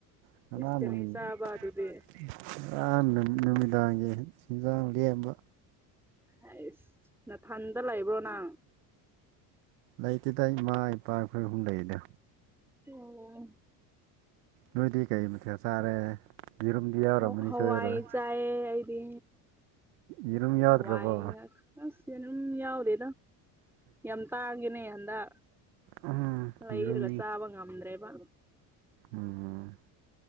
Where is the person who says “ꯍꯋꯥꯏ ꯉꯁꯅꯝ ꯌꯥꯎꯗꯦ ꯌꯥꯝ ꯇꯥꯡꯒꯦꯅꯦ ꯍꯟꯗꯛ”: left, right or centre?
Centre